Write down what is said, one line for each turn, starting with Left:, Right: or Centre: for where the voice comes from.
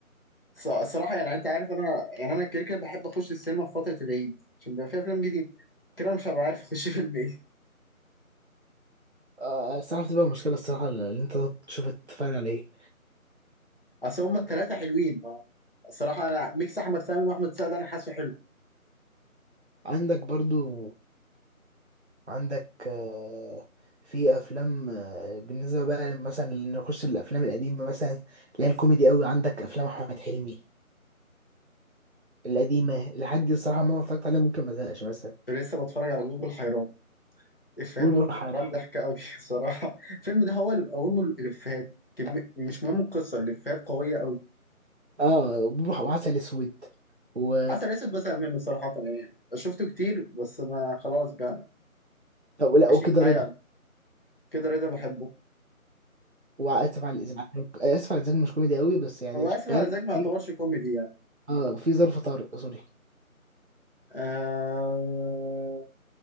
Left: ص- صراحة يعني أنت عارف أنا يعني أنا كده كده بحب أخش السينما في فترة العيد عشان بيبقى فيها أفلام جديدة كده أنا مش هبقى عارف أخش <laughs> فيلم إيه
Right: آه الصراحة بتبقى مشكلة الصراحة اللي أنت تشوف تتفرج على إيه
Left: أصل هما التلاتة حلوين ما... الصراحة أنا ميكس أحمد فهمي وأحمد السقا ده أنا حاسه حلو
Right: عندك برضو عندك آه في أفلام آه بالنسبة بقى مثلا نخش الأفلام القديمة مثلا اللي هي الكوميدي أوي عندك أفلام أحمد حلمي القديمة لحد دي الصراحة ما اتفرجت عليها ممكن ما زهقش مثلا
Left: كنت لسه بتفرج على بلبل حيران إفيهات
Right: بوبوحة
Left: بلبل حيران ضحكة أوي <laughs> الصراحة الفيلم ده هو اللي مقومه الإفيهات كم- مش مهم القصة الإفيهات قوية أوي
Right: اه بوبوحة وعسل اسود و
Left: عسل اسود بزهق منه صراحة يعني شفته كتير بس ما خلاص بقى
Right: طب لا
Left: ماشي
Right: وكده
Left: معايا
Right: رضا
Left: أوي. كده رضا بحبه
Right: واسف على الازعاج اسف على الازعاج مش كوميدي قوي بس يعني
Left: هو آسف
Right: شغال
Left: على الإزعاج ما يعتبرش
Right: في
Left: كوميدي يعني
Right: اه في ظرف طارق سوري
Left: آه...